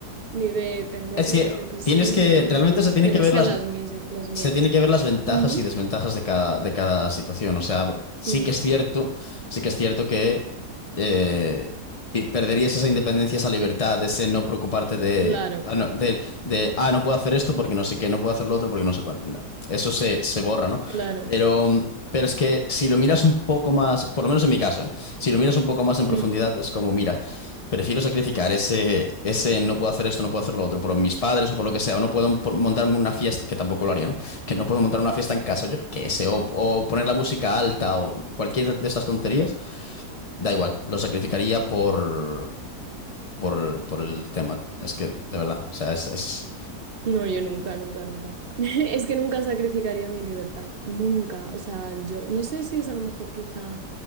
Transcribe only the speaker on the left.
Es
que
tienes que,
realmente se tiene
que
ver
las,
se tiene que ver las ventajas
y desventajas de cada, de cada situación. O sea, sí
que es cierto, sí que es cierto que eh, pi- perderías esa independencia, esa libertad, ese no preocuparte de
ah, no, de, de, ah, no puedo hacer esto porque no sé qué, no puedo hacer lo otro porque no sé cuánto. Eso se, se borra, ¿no?
Pero, pero es que si lo miras un poco más, por lo menos en mi caso, ¿eh? Si lo miras un poco más en profundidad,
es como, mira, Prefiero sacrificar ese, ese no puedo hacer esto, no puedo hacer lo otro por mis padres o por lo que sea, o no puedo por- montarme una fiesta, que tampoco lo haría, ¿no? que no puedo montar una fiesta en casa, yo qué sé, o, o poner la música alta o cualquier de estas tonterías, da igual, lo sacrificaría por, por, por el tema. Es que, de verdad, o sea, es, es...